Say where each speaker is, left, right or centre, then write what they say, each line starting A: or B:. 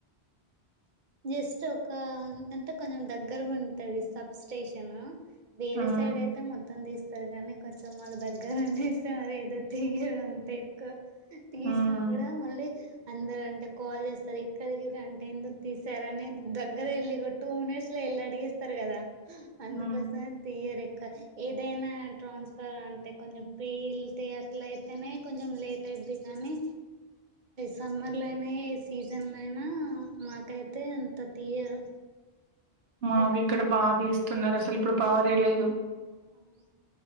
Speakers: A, on the right (about 55°); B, on the right (about 80°).
A: జస్ట్ ఒక అంటే కొంచం దగ్గర ఉంటది సబ్ స్టేషన్ వేరే
B: మ్మ్
A: సైడ్ అయితే మొత్తం తీస్త సారు కానీ కొంచెం మాకు దగ్గర అనేస్తే మరి ఏదో తెగరు అంతే తీసిన
B: మ్మ్
A: కూడా మళ్ళీ అందరు అంటే కాల్ చేస్తారు ఇక్కడికి అంటే ఎందుకు తీసారని దగ్గర వెళ్ళి టూ మినిట్స్ లో వెళ్ళి అడిగిస్తారు కదా అందుకోసం
B: మ్మ్
A: తీయరు ఎక్కవ ఏదైనా ట్రాన్స్ఫర్ అంటే కొంచెం పేల్తే అట్లయితేనే కొంచెం లేట్ పట్టేది కానీ సమ్మర్ లోయినా సీజన్ లో అయినా మాకైతే అంత తీయరు
B: మాకు
A: కరెంట్
B: ఇక్కడ బాగా తీస్తున్నారు అసలు ఇప్పుడు పవర్ ఏ లేదు
A: అవున